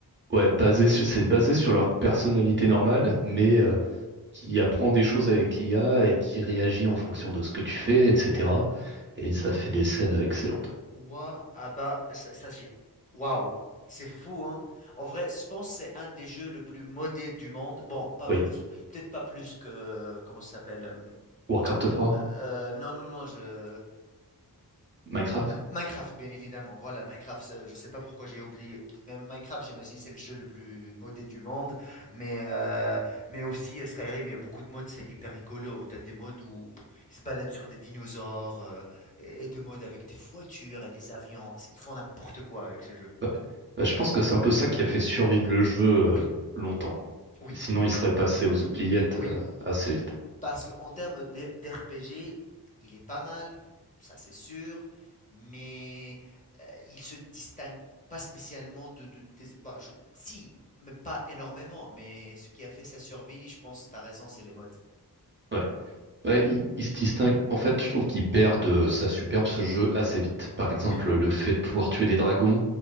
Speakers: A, on the right; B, on the left.
A: ouais, basée sur- c'est basé sur leur personnalité normale, mais euh, qui apprend des choses avec l'IA et qui réagit en fonction de ce que tu fais, etc. Et ça fait des scènes euh, excellentes.
B: Ouais, ah bah, ça, ça, j'ai... Waouh! C'est fou, hein? En vrai, je pense que c'est un des jeux le plus modé du monde. Bon, pas
A: Oui,
B: plus, peut-être pas plus que... Comment ça s'appelle? euh,
A: Warcraft 3,
B: euh, non, non, non, je...
A: Minecraft.
B: Oh, Minecraft, bien évidemment. Voilà, Minecraft, ça, je sais pas pourquoi j'ai oublié. Peut-être même Minecraft, j'imagine, c'est le jeu le plus modé du monde. Mais, euh, mais aussi, euh, Skyrim, il y a beaucoup de modes, c'est hyper rigolo. T'as des modes où ils se baladent sur des dinosaures, euh, et et de modes avec des voitures et des avions. Ils font n'importe quoi avec ce jeu.
A: Ouais. Bah, je pense que c'est un peu ça qui a fait survivre le jeu euh,
B: Oui,
A: longtemps.
B: oui,
A: Sinon, il serait passé aux oubliettes
B: oui.
A: euh, assez vite.
B: Parce qu'en termes d- d'R- d'RPG, il est pas mal, ça c'est sûr, mais euh, il se distingue pas spécialement de, de- des- bah, je- si, mais pas énormément. Mais ce qui a fait sa survie, je pense, t'as raison, c'est les modes.
A: Ouais. Ouais, il, il se distingue. En fait, je trouve qu'il perd de sa superbe ce jeu assez vite. Par exemple,
B: Oui,
A: le fait de pouvoir tuer des dragons.